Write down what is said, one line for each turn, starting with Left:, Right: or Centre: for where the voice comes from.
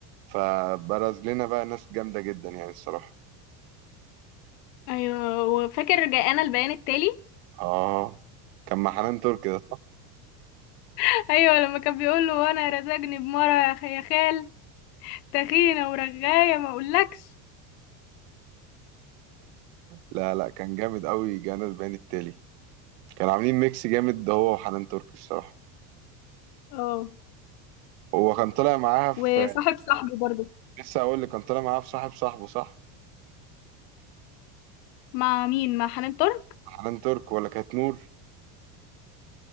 Right: فبرز لنا بقى ناس جامدة جدا يعني الصراحة
Left: ايوه وفاكر جاءنا البيان التالي
Right: آه كان مع حنان ترك ده
Left: <laughs> ايوه لما كان بيقول له وانا رزقني بمره يا خ- يا خال تخينه ورغايه ما اقولكش
Right: لا لا كان جامد قوي جانا البيان التالي كانوا عاملين ميكس جامد ده هو وحنان ترك الصراحة
Left: اه
Right: هو كان طالع معاها في
Left: وصاحب صاحبي برضه
Right: لسه أقول لك كان طالع معاها في صاحب صاحبه صح
Left: مع مين مع حنان ترك
Right: حنان ترك ولا كانت نور